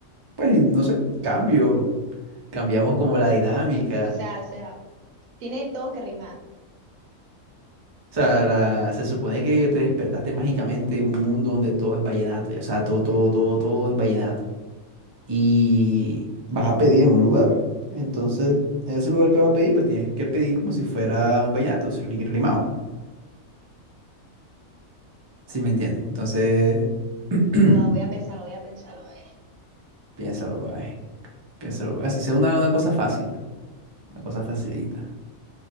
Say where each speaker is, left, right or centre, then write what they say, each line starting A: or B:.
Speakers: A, on the right (about 40°); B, on the right (about 80°).
A: pues no sé, cambio. Cambiamos como la dinámica.
B: O sea, o sea, tiene todo que rimar.
A: O sea, la- se supone que te despertaste mágicamente en un mundo donde todo es vallenato. y, O sea, todo, todo, todo, todo es vallenato. Y vas a pedir en un lugar. Entonces, en ese lugar que vas a pedir, pues tienes que pedir como si fuera un vallenato, si ri- rimado. si me entiendes. Entonces, <clears throat>
B: No da, voy a pensarlo, voy a pensarlo. eh.
A: piénsalo por ahí. Piénsalo por ahí. Si sea una, una cosa fácil, una cosa facilita.